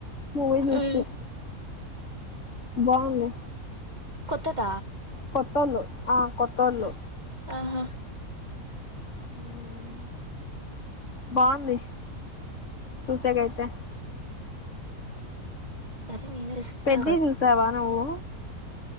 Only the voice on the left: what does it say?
మవ నూస్తే
బావుంది
కొత్తలు ఆ కొత్తళు
మ్మ్ బాగుంది చూసాకైతే
పెద్ద చూసావా నువ్వు